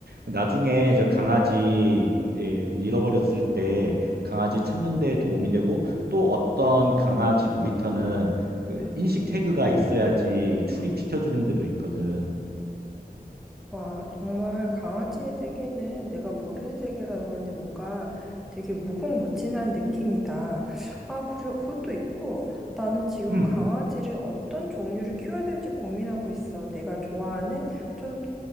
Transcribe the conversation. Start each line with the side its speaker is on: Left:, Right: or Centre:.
Right: 나중에 저 강아지 예, 잃어버렸을 때 강아지 찾는 데 도움이 되고 또 어떤 강아지 놀이터는 그 인식 태그가 있어야지 출입시켜 주는 데도 있거든.
Centre: 와 정말 강아지의 세계는 내가 모르는 세계라서 그런지 뭔가 되게 무궁무진한 느낌이다. 아 그리고 그것도 있고 나는 지금
Right: 음,
Centre: 강아지를 어떤 종류를 키워야 될지 고민하고 있어. 내가 좋아하는 좀